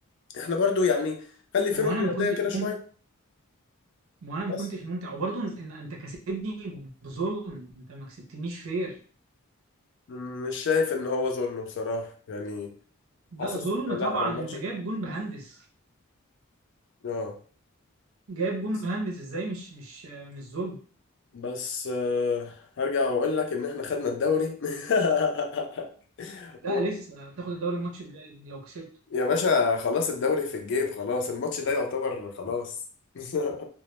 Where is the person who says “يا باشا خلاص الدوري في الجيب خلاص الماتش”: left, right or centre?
Left